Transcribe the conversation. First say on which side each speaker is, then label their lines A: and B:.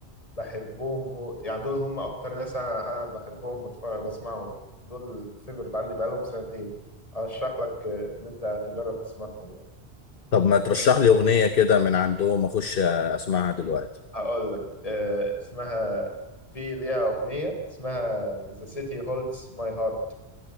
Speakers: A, on the left (about 35°); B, on the left (about 60°).
A: بحبهم موت يعني دول هم أكتر ناس أنا أنا بحبهم بتفرج بسمعهم يعني دول الفيفورت عندي بقالهم سنتين أرشح لك آه، إن أنت تجرب تسمعهم يعني
B: طب ما ترشح
A: أغانيهم تحفة
B: لي اغنية كده من عندهم اخش اسمعها دلوقتي
A: هقول لك أه اسمها في ليها أغنية اسمها The City Holds My Heart